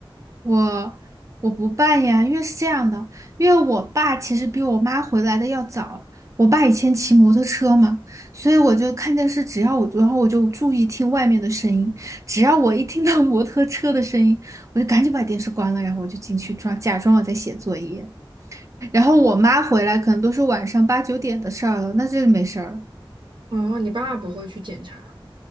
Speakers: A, on the right; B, on the right.
A: 我我不办呀，因为是这样的，因为我爸其实比我妈回来的要早。我爸以前骑摩托车嘛，所以我就看电视，只要我，然后我就注意听外面的声音，只要我一听到摩托车的声音，我就赶紧把电视关了，然后我就进去装，假装我在写作业。然后我妈回来可能都是晚上八九点的事儿了，那这就没事儿。
B: 哦，你爸不会去检查。